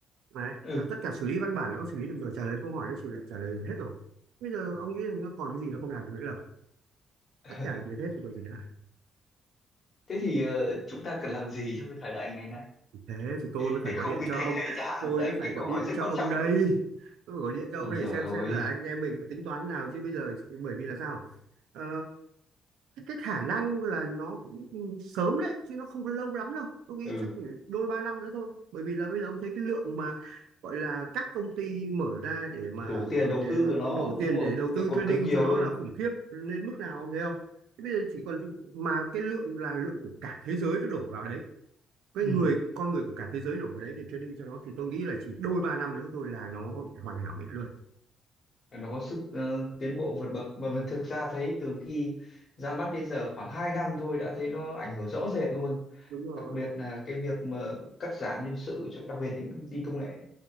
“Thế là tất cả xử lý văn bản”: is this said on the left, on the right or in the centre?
Right